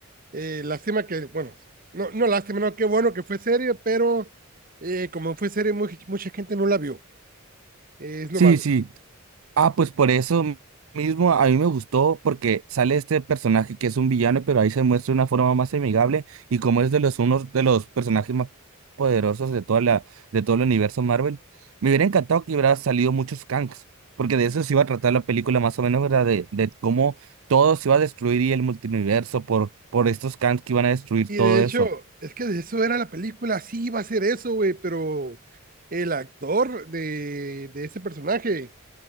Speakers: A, on the right; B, on the right.
A: eh, lástima que, bueno, sí, no, no lástima, no, qué bueno que fue serie, pero eh, como fue serie, muy- mucha gente no la vio. Eh, es
B: Sí,
A: lo malo.
B: sí. Ah, pues por eso mismo a mí me gustó porque sale este personaje que es un villano, pero ahí se muestra de una forma más amigable y como es de los unos de los personajes más poderosos de toda la de todo el universo Marvel. Me hubiera encantado que hubiera salido muchos Kangs, porque de eso se iba a tratar la película más o menos, ¿verdad? De, de cómo todo se iba a destruir y el multiverso por por estos Kangs que iban a destruir
A: Y
B: todo
A: de hecho,
B: eso.
A: es que de eso era la película, sí iba a ser eso, güey, pero el actor de, de ese personaje